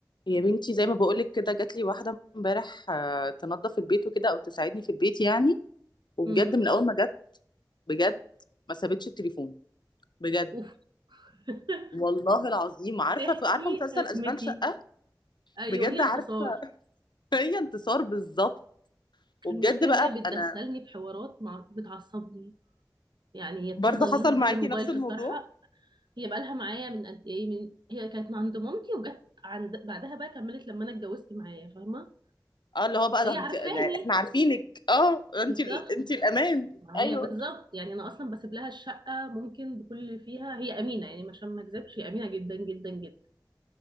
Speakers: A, on the left; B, on the right.
A: يا بنتي زي ما بقولك كده جات لي واحدة امبارح آه، تنظف البيت وكده أو تساعدني في البيت يعني وبجد
B: امم
A: من أول ما جت بجد ما سابتش التليفون بجد
B: اوف <laughs>
A: والله العظيم عارفة
B: تحكي
A: عارفة مسلسل
B: ازمتي
A: أشغال شقة
B: ايوه
A: بجد
B: هي انتصار
A: عارفة <laughs> هي انتصار بالظبط وبجد
B: المشكله ان
A: بقى
B: هي بتدخلني
A: أنا
B: في حوارات مع... بتعصبني يعني هي بتفضل
A: برضه
B: ليل
A: حصل
B: نهار
A: معاكي
B: الموبايل
A: نفس
B: في
A: الموضوع
B: الطرحه هي بقالها معايا من قد ايه من هي كانت عند مامتي وجت عند بعدها بقى كملت لما انا اتجوزت معايا فاهمه
A: اه اللي هو بقى
B: فهي
A: ده انت-
B: عارفاني
A: يعني احنا عارفينك اه انت
B: بالظبط
A: ال... انت الأمان
B: معايا
A: أيوه
B: بالظبط يعني انا اصلا بسيب لها الشقه ممكن بكل اللي فيها هي امينه يعني عشان ما اكذبش هي امينه جدا جدا جدا